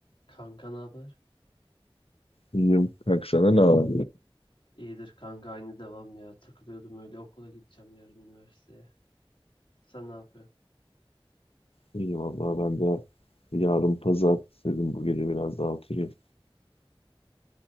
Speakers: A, on the left; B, on the left.
A: Kanka ne haber?
B: İyiyim. Kanka senden ne var?
A: İyidir kanka aynı devam ya. Takılıyordum öyle okula gideceğim yarın üniversiteye. Sen ne yapıyorsun?
B: İyi vallahi ben de yarın pazar dedim bu gece biraz daha oturayım.